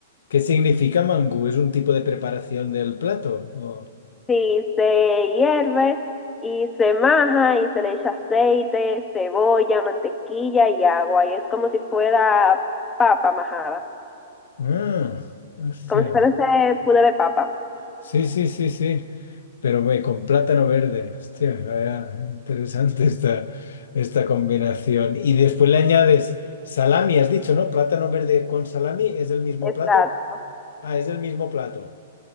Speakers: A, on the left (about 75°); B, on the left (about 15°).
A: ¿Qué significa mangú? ¿Es un tipo de preparación del plato? O-
B: Sí, se hierve y se maja y se le echa aceite, cebolla, mantequilla y agua. Y es como si fuera papa majada,
A: Ah, hostia.
B: como si fuera ese puré de papa.
A: Sí, sí, sí, sí. Pero güey, con plátano verde. Hostia, vaya, interesante esta, esta combinación. Y después le añades salami, has dicho, ¿no? Plátano verde con salami, ¿es el mismo
B: Exacto.
A: plato? Ah, es el mismo plato.